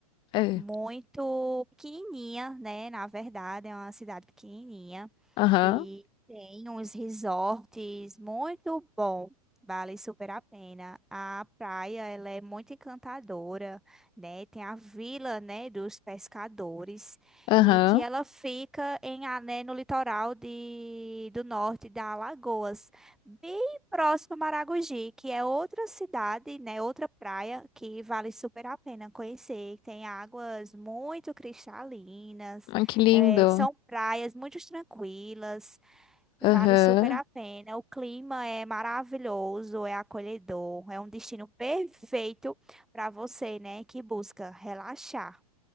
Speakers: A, on the left (about 25°); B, in the centre.
A: É.
B: muito pequenininha, né? Na verdade, é uma cidade pequenininha.
A: Aham,
B: E tem uns resorts muito bom, vale super a pena. A praia, ela é muito encantadora, né? Tem a vila, né, dos pescadores
A: aham.
B: e que ela fica em a- né, no litoral de, do norte da Alagoas, bem próximo a Maragogi, que é outra cidade, né, outra praia que vale super a pena conhecer. Tem águas muito cristalinas
A: Ai, que lindo.
B: é, são praias muito tranquilas, vale
A: Aham.
B: super a pena. O clima é maravilhoso, é acolhedor, é um destino perfeito para você, né, que busca relaxar.